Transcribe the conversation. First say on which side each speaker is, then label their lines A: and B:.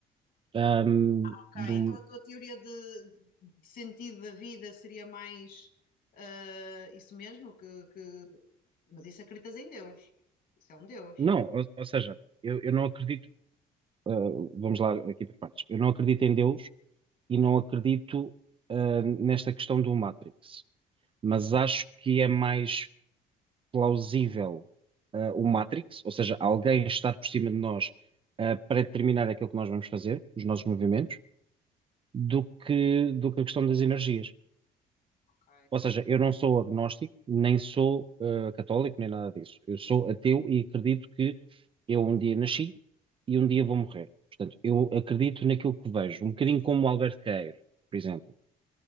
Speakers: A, on the right; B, on the left.
A: Ahm,
B: Ok,
A: de um-
B: então a tua teoria de, de sentido da vida seria mais eh, isso mesmo, que, que- mas isso acreditas em Deus. Isso é um Deus.
A: Não, ou, ou seja, eu, eu não acredito. ah, vamos lá aqui para partes. Eu não acredito em Deus e não acredito, ah, nesta questão do Matrix, mas acho que é mais plausível, ah, o Matrix, ou seja, alguém estar por cima de nós, ah, para determinar aquilo que nós vamos fazer, os nossos movimentos, do que, do que a questão das energias.
B: Ok.
A: Ou seja, eu não sou agnóstico, nem sou ah, católico, nem nada disso. Eu sou ateu e acredito que eu um dia nasci e um dia vou morrer. Portanto, eu acredito naquilo que vejo, um bocadinho como o Albert Queiro, por exemplo.